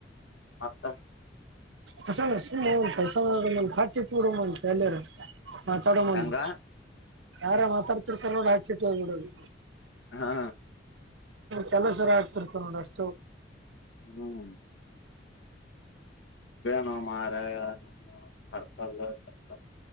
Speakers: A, on the left; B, on the right.
A: ಮತ್ತ
B: ಹಸ ಸುನೆ ಉಂಂತಸಚಿೂಡಂಂತ ಎಲ್ಲರ ಮಾತಾಡೋ ಬಂದು
A: ಹೆಂಗ
B: ಯಾರ ಮಾತಾಡ್ತಿರ್ತ ನೋಡ ಹಚ್ಚಿಟ್ಟು ಹೋಗ್ಬಿಡದು
A: ಹಾ
B: ಕೆಲಸರ ಆಗ್ತಿರ್ತ ನೋಡ ಅಷ್ಟು
A: ಹ್ಮ್ ನೋ ಮಾರ ನ ಸರ್ಕಲ್ ಸರ್ಕಲ್